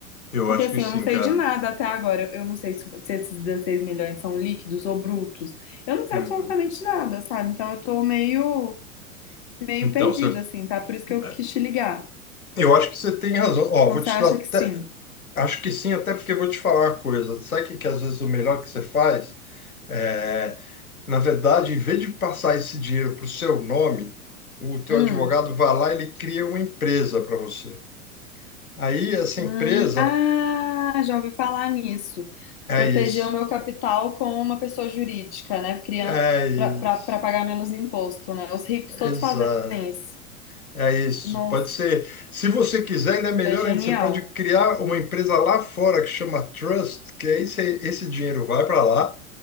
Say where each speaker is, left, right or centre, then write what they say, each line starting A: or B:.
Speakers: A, on the left (about 85°); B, on the left (about 50°).
A: eu
B: Porque
A: acho
B: assim,
A: que sim,
B: eu não sei
A: cara.
B: de nada até agora. Eu não sei se, se esses 16 milhões são líquidos ou brutos. Eu não sei
A: Uhum.
B: absolutamente nada, sabe? Então eu tô meio, meio
A: Então,
B: perdida,
A: você,
B: assim, tá? Por isso que eu
A: é,
B: quis te ligar.
A: eu acho que você tem razão. Ó,
B: Então
A: vou
B: você
A: te
B: acha
A: dar até,
B: que sim?
A: acho que sim, até porque eu vou te falar uma coisa. Sabe o que, que às vezes o melhor que você faz? É, Na verdade, em vez de passar esse dinheiro para o seu nome, o teu
B: Hum,
A: advogado vai lá e ele cria uma empresa para você. Aí essa
B: hum,
A: empresa
B: ah, já ouvi falar nisso.
A: é
B: Proteger
A: isso.
B: o meu capital com uma pessoa jurídica, né? Criando
A: É isso.
B: para pagar menos imposto, né? Os ricos
A: Exato.
B: todos fazem isso.
A: É isso.
B: Nossa,
A: Pode ser. Se você quiser, ainda é melhor
B: é genial.
A: ainda. Você pode criar uma empresa lá fora que chama Trust, que aí esse, esse dinheiro vai para lá.